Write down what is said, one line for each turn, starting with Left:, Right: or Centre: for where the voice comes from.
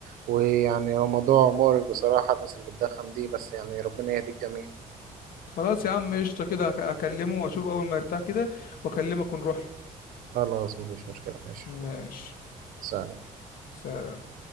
Right: ويعني هو موضوع مقرف بصراحة الناس اللي بتدخن دي بس يعني ربنا يهدي الجميع
Left: خلاص يا عم قشطه كده هك- هكلمه واشوف اول ما يرتاح كده واكلمك ونروح
Right: خلاص مفيش مشكلة ماشي
Left: ماشي
Right: حبيبي سلام
Left: سلام